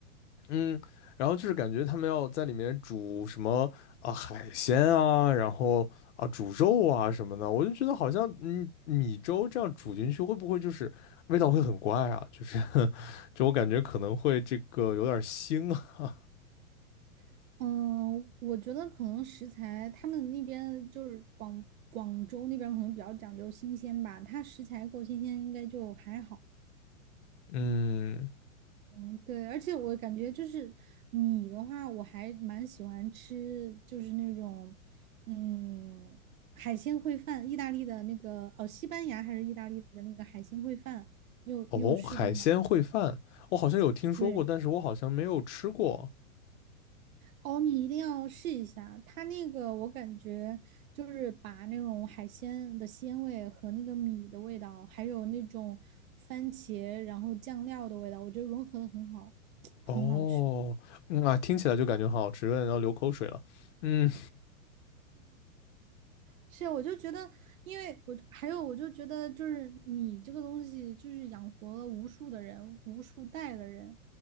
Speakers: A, on the left; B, on the right.
A: 嗯，然后就是感觉他们要在里面煮什么啊海鲜啊，然后啊煮肉啊什么的，我就觉得好像嗯米粥这样煮进去会不会就是味道会很怪啊？就是 <laughs> 就我感觉可能会这个有点腥啊。
B: <laughs> 嗯，我觉得可能食材他们那边就是广广州那边可能比较讲究新鲜吧，它食材够新鲜应该就还好。
A: 嗯，
B: 嗯，对，而且我感觉就是米的话，我还蛮喜欢吃，就是那种嗯海鲜烩饭，意大利的那个哦，西班牙还是意大利的那个海鲜烩饭，你有你有试过吗？
A: 哦，海鲜烩饭我好像有听说过，
B: 对。
A: 但是我好像没有吃过。
B: 哦，你一定要试一下，它那个我感觉就是把那种海鲜的鲜味和那个米的味道，还有那种番茄然后酱料的味道，我觉得融合的很好，<tsk> 很好吃。
A: 哦，嗯啊，听起来就感觉很好吃，有点要流口水了。嗯
B: 是啊，我就觉得，因为我还有，我就觉得，就是米这个东西，就是养活了无数的人，无数代的人，